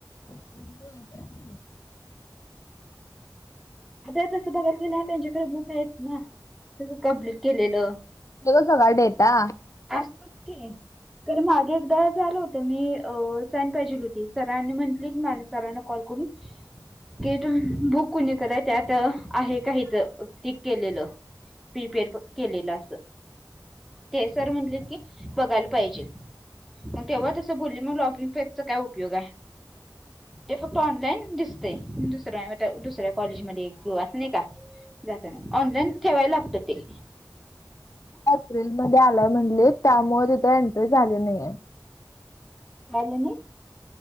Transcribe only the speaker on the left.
होय काय
ग सगळा डेटा.
एप्रिल मध्ये आलाय म्हणली त्यामुळे तिथे एंट्री झाली नाहीय.